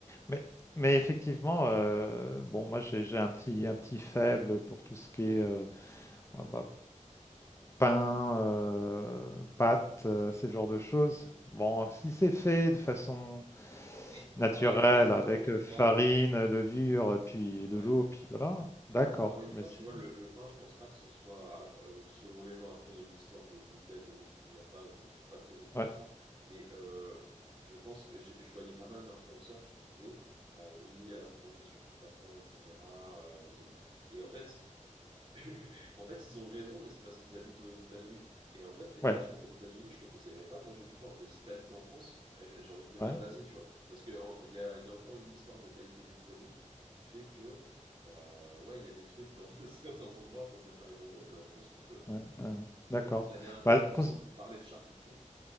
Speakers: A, on the left; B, on the right.
A: Mais, mais effectivement, heu, bon, moi, j'ai j'ai un petit un petit faible pour tout ce qui est, heu, ouais, bah, pain, heu, pâtes, heu, ce genre de choses. Bon, si c'est fait de façon
B: Mais
A: naturelle
B: voilà, en fait, encore
A: avec,
B: une
A: heu,
B: fois,
A: farine, levure, puis
B: ouais,
A: de l'eau, puis voilà, d'accord,
B: En- Encore une
A: mais
B: fois,
A: sinon
B: tu vois, le, le pain, je pense pas que ce soit. Alors, euh, selon les gens, après, il y a une histoire de gluten, de gens qui digèrent pas. Je suis pas très au courant
A: ouais.
B: de ça, mais euh, je pense, je, je voyais pas mal d'influenceurs qui disaient, euh, oui, alors mangez surtout pas de pain, etc. euh, c'est bon. Et en fait, <laughs> En fait, ils ont raison, mais c'est parce qu'ils habitent aux États-Unis. Et en fait, effectivement,
A: Ouais,
B: aux États-Unis, je te conseillerais pas de manger du pain. Mais si tu habites en France, eh, j'ai j'ai envie de te dire,
A: ouais,
B: vas-y, tu vois. Parce qu'il y a, il y a encore une histoire de qualité du produit qui fait que, euh, ouais, il y a des trucs dans <laughs> certains endroits, il vaut mieux pas les manger, mais en France, tu peux.
A: ouais, ouais, ouais. d'accord.
B: La dernière fois,
A: Bah,
B: je il me
A: cons-
B: semble qu'on parlait de charcuterie.